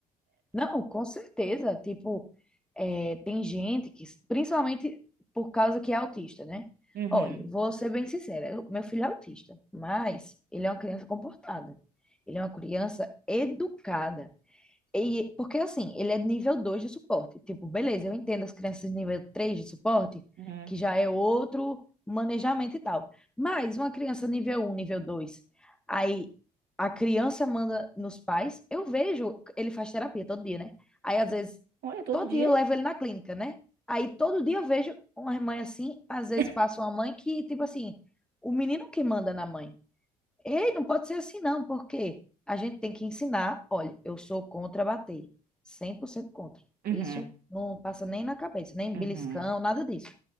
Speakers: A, in the centre; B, on the right (about 50°).
A: Não, com certeza. Tipo, é, tem gente que, principalmente por causa que é autista, né?
B: Uhum,
A: Olha, vou ser bem sincera, eu- meu filho é autista, mas ele é uma criança comportada. Ele é uma criança educada. E, porque assim, ele é de nível 2 de suporte. Tipo, beleza, eu entendo as crianças de nível 3 de suporte,
B: uhum.
A: que já é outro manejamento e tal. Mas uma criança nível um, nível 2, aí a criança manda nos pais, eu vejo, ele faz terapia todo dia, né? Aí às vezes,
B: Olha, todo
A: todo
B: dia.
A: dia eu levo ele na clínica, né? Aí todo dia eu vejo uma mãe assim, às vezes
B: <laughs>
A: passa uma mãe que, tipo assim, o menino que manda na mãe. Ei, não pode ser assim não, porque a gente tem que ensinar. Olha, eu sou contra bater, 100% contra.
B: Uhum,
A: Isso não passa nem na cabeça, nem
B: uhum,
A: beliscão, nada disso.